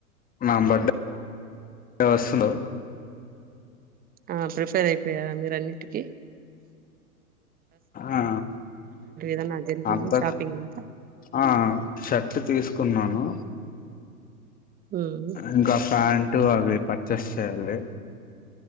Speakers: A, on the left; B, on the right.
A: నాబర్త్డే వస్తూరు
B: ఆ ప్రిపేర్ అయిపోయారా మీరు అన్ని కే
A: ఆ
B: ఏదన్నా జరిగిందా
A: అంత
B: షాపింగ్ అంతా
A: ఆ షర్ట్ తీసుకున్నాను.
B: ఉమ్
A: ఇంకా ప్యాంట్ అవి పర్చేస్ చేయాలి.